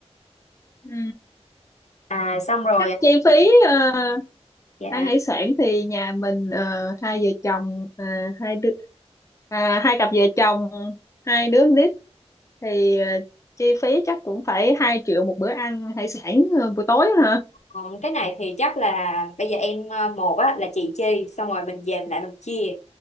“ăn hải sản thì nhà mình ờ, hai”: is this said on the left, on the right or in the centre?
Left